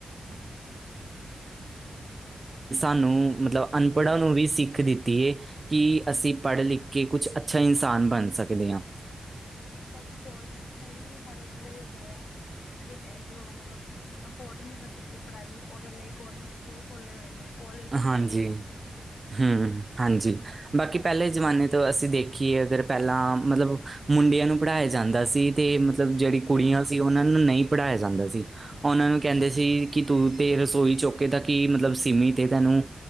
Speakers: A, on the left; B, on the right.
A: ਹਾਂਜੀ-ਹਾਂਜੀ ਔ ਤੇ ਹੈ ਈ।
B: ਉਨੂੰ ਮਤਲਬ ਅਨਪੜ੍ਹਾਂ ਨੂੰ ਵੀ ਸਿੱਖ ਦਿੱਤੀ ਏ। ਕਿ ਅਸੀਂ ਪੜ੍ਹ ਲਿਖ ਕੇ ਕੁਛ ਅੱਛਾ ਇਨਸਾਨ ਬਣ ਸਕਦੇ ਆ।
A: ਬਟ ਗਰਮੈਂਟ ਨੇ ਵੀ ਹਰ ਇੱਕ ਲਈ ਉਹ ਕਰਿਆ ਜਿਵੇਂ ਜੋ ਮਤਲਬ ਅਫੋਰਡ ਨੀ ਕਰ ਸਕਦੇ ਪੜ੍ਹਾਈ ਉਦੇ ਲਈ ਗੌਰਮੈਂਟ ਸਕੂਲ ਖੋਲ੍ਹੇ ਹੋਏ ਨੇ। ਕੋਲਜ ਨੇ
B: ਹਾਂਜੀ ਹਮ ਹਾਂਜੀ ਬਾਕੀ
A: ਬਸ
B: ਪੈਲੇ ਜ਼ਮਾਨੇ ਤਾਂ ਅਸੀਂ ਦੇਖੀਏ ਅਗਰ ਪੈਲਾਂ ਮਤਲਬ ਮੁੰਡਿਆਂ ਨੂੰ ਪੜ੍ਹਾਇਆ ਜਾਂਦਾ ਸੀ। ਤੇ ਮਤਲਬ ਜੇੜੀ ਕੁੜੀਆਂ
A: ਨੂੰ ਲਈ
B: ਸੀ ਨੂੰ ਪੜ੍ਹਾਇਆ ਜਾਂਦਾ ਸੀ
A: ਹਾਂਜੀ
B: ਉਨਾਂ ਨੂੰ ਕੈਂਦੇ ਸੀ ਕਿ ਤੂੰ ਤੇ ਰਸੋਈ ਚੌਕੇ ਤਕ ਈ ਮਤਲਬ ਸਿੰਮਿਤ ਏ ਤੈਨੂੰ